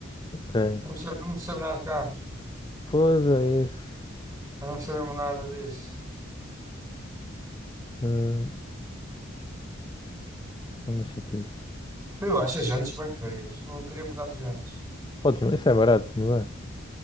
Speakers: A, on the left; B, on the right.
A: Ok.
B: Eu não percebo, não percebo nada de carro.
A: Pois é isso.
B: Eu não percebo nada disso.
A: Hum, é uma chatice.
B: Eu acho as jantes bem feias. Eu queria mudar de jantes.
A: Podes, isso é barato, não é? O